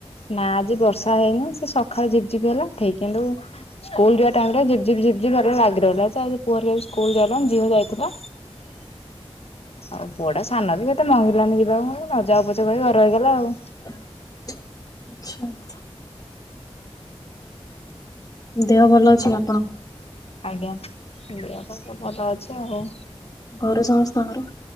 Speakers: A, on the left; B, on the left.
A: ନା ଆଜି ବର୍ଷା ହେଇନି ସେ ସକାଳୁ ଯିପି ଜିିବି ହେଲା ଠିକ କିନ୍ତୁ। ସ୍କୁଲ ଯିବା ଟାଇମ ଟା ଝିପ ଝିିପ ଝିପଝିପ ଭଲି ଲାଗିହିଲା ସେ ଆ ପୁହରେ ସ୍କୁଲ ଯଲା ଝିଅ ଯାଇଥିଲା। ଆଉ ପୋଡା ସାନ ବି କେତେ ମଙ୍ଗିଲାନି ଯିବାକୁ ନ ଯା ପ। କହିବ ରହିଗଲା ଆଉ।
B: <unintelligible> ଦେହ ଭଲ ଅଛି ଆପଣଙ୍କର।
A: ଆଜ୍ଞା ପାଇଁ ତ ଭଲ ଅଛି ଆଉ।
B: ଘରୁ ସମସ୍ତଙ୍କର।